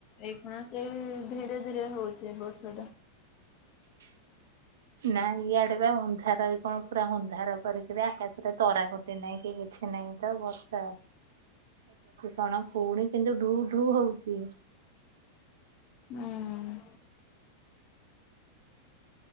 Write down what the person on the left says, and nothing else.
ଏଇ ଖୁଣା ସେଇ ଧୀରେ ଧୀରେ ହୋଉଚି ବର୍ଷାଟା।
ହୁଁ।